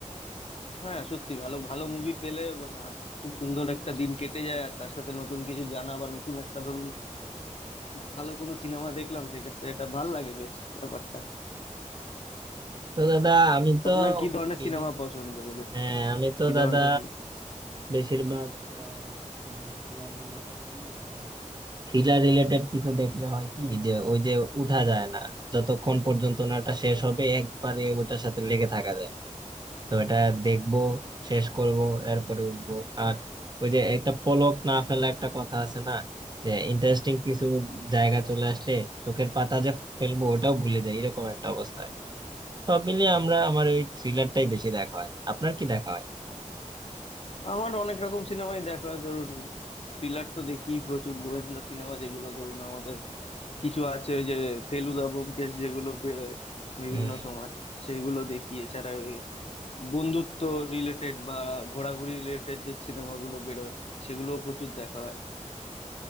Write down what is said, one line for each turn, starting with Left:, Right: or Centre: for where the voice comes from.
Left: হ্যাঁ সত্যি ভালো ভালো মুভি পেলে মানে আর খুব সুন্দর একটা দিন কেটে যায় আর তার সাথে নতুন কিছু জানা বা নতুন একটা ধরুন ভালো কোনো সিনেমা দেখলাম সেক্ষেত্রে এটা ভাল লাগে বেশ ব্যাপারটা
Right: তো দাদা আমি তো
Left: আপনার কি ধরনের
Right: বিভিন্ন
Left: সিনেমা পছন্দ বলুন
Right: হ্যাঁ আমি তো
Left: কি
Right: দাদা
Left: ধরনের
Right: বেশিরভাগ আহ, ওই ক্রাইম থ্রিলার নিয়ে পছন্দ কারণ থ্রিলার রিলেটেড কিছু দেখলে হয় কি যে ওই যে উঠা যায় না যতক্ষণ পর্যন্ত নাটা শেষ হবে একবারে ওটার সাথে লেগে থাকা যায় তো এটা দেখবো শেষ করব এরপরে উঠবো আর ওই যে একটা পলক না ফেলা একটা কথা আছে না যে ইন্টারেস্টিং কিছু জায়গা চলে আসলে চোখের পাতা যে ফেলবো ওটাও ভুলে যাই এরকম একটা অবস্থা হয়। সব মিলিয়ে আমরা আমার ওই থ্রিলারটাই বেশি দেখা হয় আপনার কি দেখা
Left: আমার অনেক রকম সিনেমাই দেখা হয়, ধরুন থ্রিলার তো দেখি প্রচুর গোয়েন্দা সিনেমা যেগুলো ধরুন আমাদের কিছু আছে ওই যে ফেলুদা ব্যোমকেশ যেগুলো বেরোয় বিভিন্ন
Right: হয়
Left: সময় সেগুলো দেখি এছাড়া ওই বন্ধুত্ব রিলেটেড বা ঘোরাঘুরি রিলেটেড যে সিনেমাগুলো বেরোয় সেগুলো প্রচুর দেখা হয়